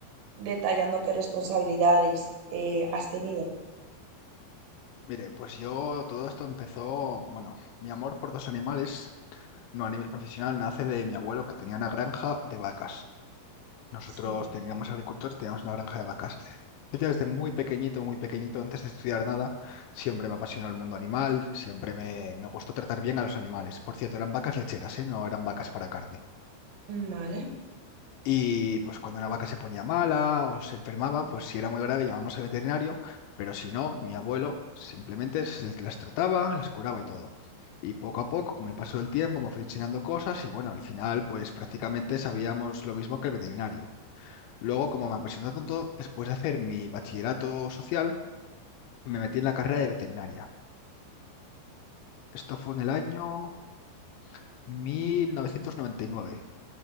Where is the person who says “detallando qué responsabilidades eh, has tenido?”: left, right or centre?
Right